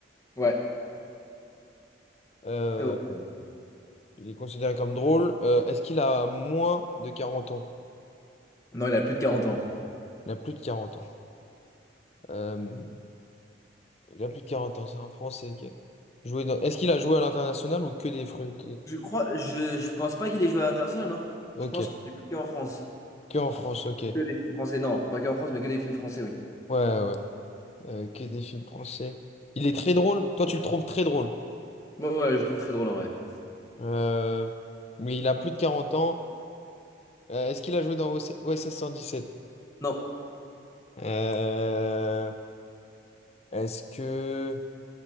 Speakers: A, on the left; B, on the left.
A: Ouais,
B: Euh,
A: très drôle.
B: il est considéré comme drôle. Euh, est-ce qu'il a moins de 40 ans?
A: Non, il a plus de quarante ans.
B: Il a plus de 40 ans. Euh, Il a plus de 40 ans, c'est un Français qui a joué dans... Est-ce qu'il a joué à l'international ou que des fruits?
A: Je crois, je, je pense pas qu'il ait joué à l'international, non?
B: Ok,
A: Je pense qu'il est joué en France.
B: que en France, ok. Ouais,
A: Que des films français, non, pas que en France, mais que des films français, oui.
B: ouais, ouais. Euh, que des films français. Il est très drôle, toi tu le trouves très drôle.
A: Ouais, ouais, je trouve très drôle en vrai.
B: Euh, Mais il a plus de 40 ans. Euh, est-ce qu'il a joué dans OC OSS 117?
A: Non.
B: Euh, Est-ce que...